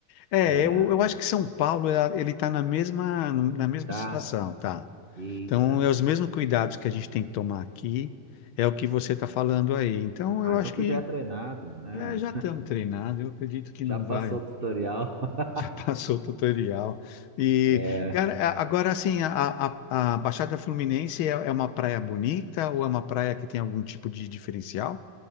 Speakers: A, on the left; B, on the right.
A: É,
B: é,
A: eu, eu acho que São Paulo, ela- ele está na mesma, na mesma
B: tá,
A: situação, tá?
B: eita.
A: Então, é os mesmos cuidados que a gente tem que tomar aqui, é o que você está falando aí. Então,
B: Ah,
A: eu acho
B: então tu
A: que
B: já é treinado, né?
A: é, já estamos treinados, eu acredito que não
B: Já passou
A: vai.
B: o tutorial. <laughs>
A: Já <laughs> passou o tutorial. E,
B: É,
A: cara, a- agora, assim, a, a, a Baixada Fluminense é, é uma praia bonita ou é uma praia que tem algum tipo de diferencial?